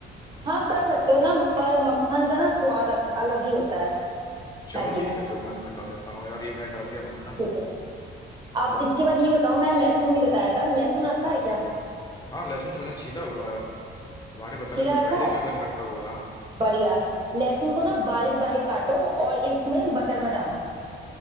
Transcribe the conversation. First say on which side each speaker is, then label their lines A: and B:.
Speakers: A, on the right; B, on the left.
A: हाँ कर सकते हो ना पर मक्खन का ना स्वाद अ- अलग ही होता है
B: चलो
A: मैगी में
B: ठीक है तब मक्खन डाल देता हूँ यार ये मैंने डाल दिया मक्खन
A: ठीक है अब इसके बाद ये बताओ मैं लहसुन नहीं बताया था लहसुन रखा है क्या
B: हाँ लहसुन तो मैंने छीला हुआ है तुम्हारे बताने
A: छीला
B: से पहले
A: रखा है
B: भी मैंने रखा हुआ है हाँ
A: बढ़िया लहसुन को ना बारीक बारीक काटो और इसमें बटर में डालो